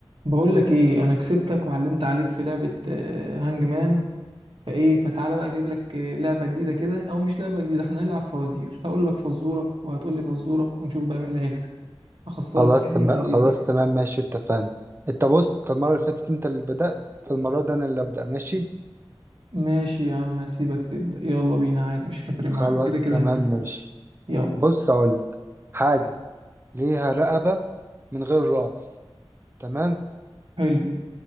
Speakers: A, on the right (about 70°); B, on the right (about 25°).
A: بقول لك ايه انا كسبتك وعلمت عليك في لعبة آه، هانج مان فايه فتعالى بقى اجيب لك آه، لعبة جديدة كده او مش لعبة جديدة احنا هنلعب فوازير هقول لك فزورة وهتقول لي فزورة ونشوف بقى مين اللي هيكسب اخسرك
B: خلاص
A: تاني
B: تمام
A: ولا
B: خلاص
A: ايه الدنيا
B: تمام ماشي اتفقنا انت بص انت المرة اللي فاتت انت اللي بدأت فالمرة دي انا اللي ابدأ ماشي
A: ماشي يا عم هسيبك تبدأ يلا بينا عادي مش هتفرق معايا
B: خلاص
A: كده كده
B: تمام
A: هكسب
B: ماشي
A: يلا
B: بص اقولك حاجة ليها رقبة من غير راس تمام
A: حلو